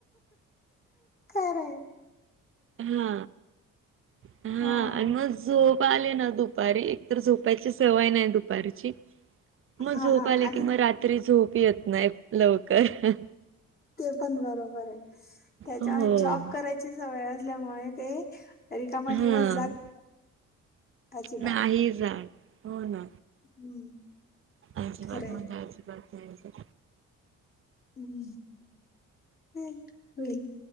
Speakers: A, on the left (about 30°); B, on the right (about 45°).
A: खरं आहे.
B: हा हा
A: हां.
B: आणि मग झोप झोप आली ना दुपारी एक तर झोपायची सवय नाही दुपारीची मग
A: हां,
B: झोप
A: हां.
B: आली
A: आणि
B: कि मग रात्री झोप येत नाही लवकर
A: ते पण बरोबर आहे त्याच्यामुळे
B: हो.
A: जॉब करायची सवय असल्यामुळे ते रीकामा
B: हां.
A: दिवस जात नाही अजिबात
B: नाही जात. हो ना
A: हं,
B: अजिबात
A: खरंय.
B: म्हणजे अजिबात नाही
A: हं, होईल